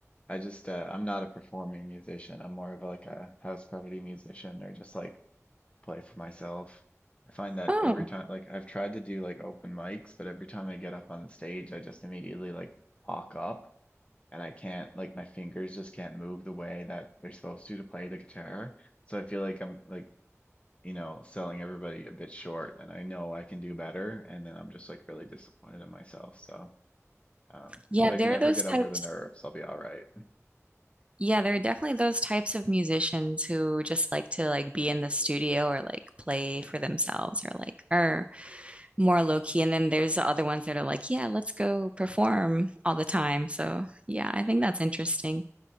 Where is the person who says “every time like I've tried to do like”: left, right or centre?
Left